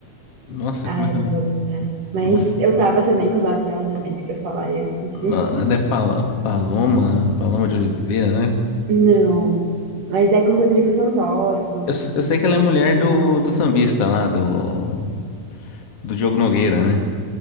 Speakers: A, on the left; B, on the right.
A: Nossa,
B: Ah,
A: como é
B: eu
A: que
B: não
A: é?
B: vou lembrar. Mas
A: Nossa,
B: eu tava também com o nome dela na mente pra falar e eu esqueci.
A: na- ela é Pa- Paloma, Paloma de Oliveira, né?
B: Não. Mas é com o Rodrigo Santoro. com-
A: Eu, se- eu sei que ela
B: Eu
A: é mulher
B: esqueci
A: do,
B: o nome do outro
A: do sambista
B: ator.
A: lá, do, do Diogo Nogueira, né?